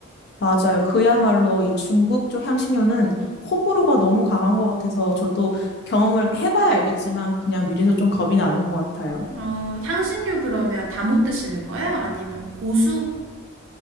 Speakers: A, on the left; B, on the right.
A: 맞아요. 그야말로 이 중국 쪽 향신료는 호불호가 너무 강한 것 같아서 저도 경험을 해봐야 알겠지만 그냥 미리서 좀 겁이 나는 것 같아요.
B: 어, 향신료 그러면 다 못 드시는 거예요? 아니면 고수?